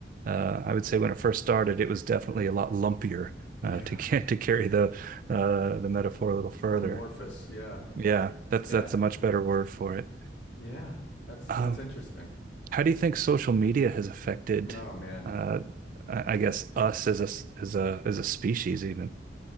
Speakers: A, on the right; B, on the left.
A: uh, I would say when it first started, it was definitely a lot lumpier.
B: Yeah.
A: Uh, <laughs> to get to carry the uh, the metaphor a little further,
B: Amorphous. Yeah.
A: yeah, that's
B: Yeah.
A: that's a much better word for it.
B: Yeah. That's
A: Um,
B: that's interesting.
A: how do you think social media has affected,
B: Oh man.
A: uh, I I guess, us as a as a as a species? Even